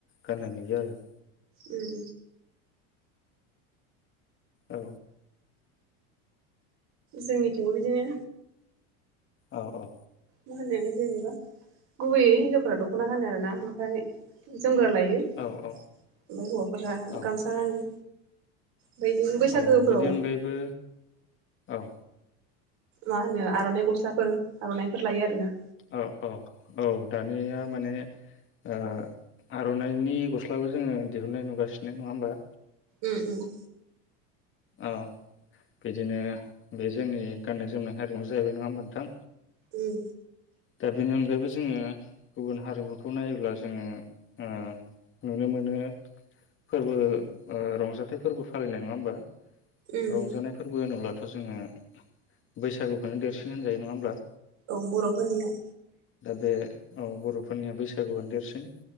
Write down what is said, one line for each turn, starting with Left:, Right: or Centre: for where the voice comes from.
Left: गाननाय नुयो आरो
Right: उम।
Left: औ।
Right: जोंनिथिंबो बिदिनो।
Left: औ औ
Right: मा होनो जेनेबा गुबैयै हिन्जा फोरा दख'ना गानो आरोना ओमफाय जोमग्रा लायो ओमफाय
Left: औ औ
Right: हौवाफोरा
Left: औ
Right: गामसा गानो। बिदिनो बैसागोफोराव
Left: औ बेनि अनगायैबो औ
Right: मा होनो आर'नाइ गस्लाफोर आर'नाइफोर लायो आरोना
Left: औ औ-औ दानिया माने ओ आर'नाइनि गस्लाबो जोङो दिहुननाय नुगासिनो नङा होम्बा
Right: उम उम
Left: औ बिदिनो बे जोंनि गाननाय जोमनाय हारिमु जाहैबाय नङा होम्बा नोंथां।
Right: उम
Left: दाबिनि अनगायैबोस जोङो गुबुन हारिमुखौ नायोब्ला जोङो ओ नुनो मोनो फोरबो ओ रंजाथाइ फोरबो फालिनाय नंङा होम्बा।
Right: उम
Left: रंजानाय फोरबो होनोब्लाथ थ' जोङो बैसागुखौनो देरसिन होनजायो नङा होमब्ला।
Right: औ बर'फोरनियाव
Left: दा बे औ बर'फोरनिया बैसागुआनो देरसिन